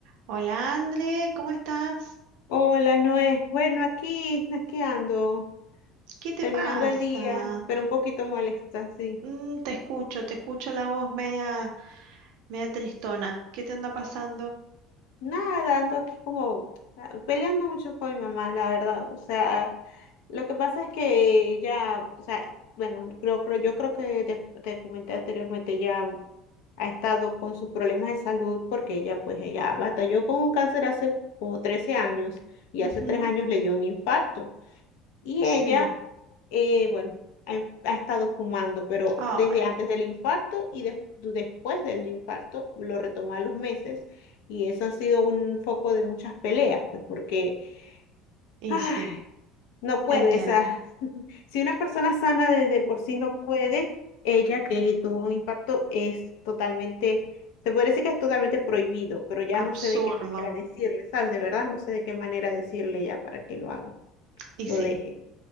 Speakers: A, on the right; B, on the left.
A: Hola André, ¿cómo estás?
B: Hola, Noé. Bueno, aquí, aquí ando,
A: ¿Qué te
B: terminando
A: pasa?
B: el día, pero un poquito molesta, sí.
A: Mm, te escucho, te escucho la voz media, media tristona. ¿Qué te anda pasando?
B: Nada, ando aquí como ah, peleando mucho con mi mamá, la verdad. O sea, lo que pasa es que ya, o sea, bueno, creo, creo, yo creo que te, te comenté anteriormente, ya ha estado con sus problemas de salud porque ella, pues, ella batalló con un cáncer hace como 13 años y
A: Ujú,
B: hace tres años le dio un infarto. Y
A: sí.
B: ella, eh, bueno, ha, ha estado fumando, pero
A: Ay,
B: desde antes del infarto y des- du- después del infarto lo retomó a los meses. Y eso ha sido un foco de muchas peleas, pues porque
A: y
B: ah,
A: sí,
B: no
A: te
B: puede.
A: entiendo.
B: esa- si una persona sana de, de por sí no puede, ella que tuvo un infarto es totalmente, se puede decir que es totalmente prohibido, pero ya
A: Absurdo.
B: no sé de qué manera decirle, ¿sabes? De verdad no sé de qué manera decirle ya para que lo haga,
A: Y
B: lo
A: sí,
B: deje.